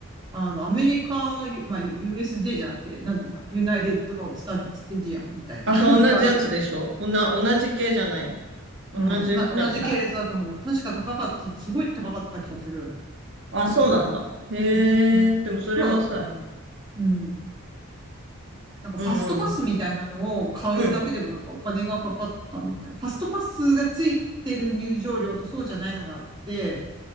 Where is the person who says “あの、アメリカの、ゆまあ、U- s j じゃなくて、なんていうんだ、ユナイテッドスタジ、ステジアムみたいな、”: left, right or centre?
Right